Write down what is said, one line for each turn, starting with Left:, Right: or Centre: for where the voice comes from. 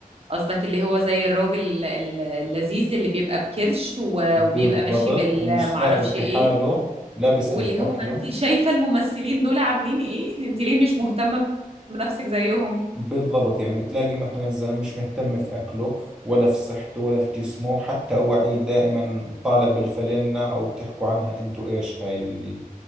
Right: قصدك اللي هو زي الراجل ال- ال- اللذيذ اللي بيبقى بكرش و-
Centre: بالضبط
Right: وبيبقى ماشي بالمعرفش
Centre: ومش سائل في
Right: ايه
Centre: حاله لا بسأل
Right: واللي
Centre: في اكله
Right: هو انت شايفه الممثلين دول عاملين ايه انت ليه مش مهتمه بنفسك زيهم
Centre: بالضبط يعني بتلاقي مثلا الزلمه مش مهتم في اكله ولا في صحته ولا في جسمه حتى اواعيه دائما طالع بالفلينة او بتحكوا عنها انتو ايش هاي اللي